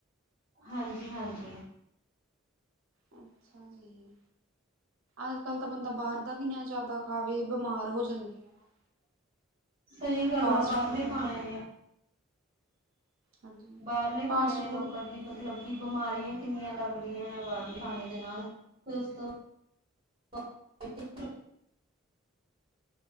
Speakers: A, on the right; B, on the right.
A: ਹਾਂਜੀ-ਹਾਂਜੀ।
B: ਅੱਛਾ ਜੀ, ਅੱਜ ਕੱਲ ਤਾਂ ਬੰਦਾ ਬਾਹਰ ਦਾ ਵੀ ਨ ਜ਼ਿਆਦਾ ਆਵੇ ਬਮਾਰ ਹੋ ਜਾਂਦੀ ਆ ਨਾ।
A: ਸਹੀ ਗੱਲ
B: ਫਾਸਟ
A: ਆ ਬਾਹਰਲੇ
B: ਫੂਡ ਨਹੀਂ,
A: ਖਾਣੇ ਨੇ
B: ਹਾਂਜੀ
A: ਬਾਹਰਲੇ
B: ਫਾਸਟ
A: ਖਾਣੇ ਲੋਕਾਂ
B: ਫੂਡ
A: ਦੀ ਮਤਲਬ ਕਿ ਬਿਮਾਰੀਆਂ ਕਿੰਨੀਆਂ ਲੱਗ ਰਹੀਆਂ ਏ, ਬਾਹਰਲੇ ਖਾਣੇ ਤੋ ਬਾਦ ਫਿਰ ਉਸ ਤੋਂ ਅੱ <unintelligible>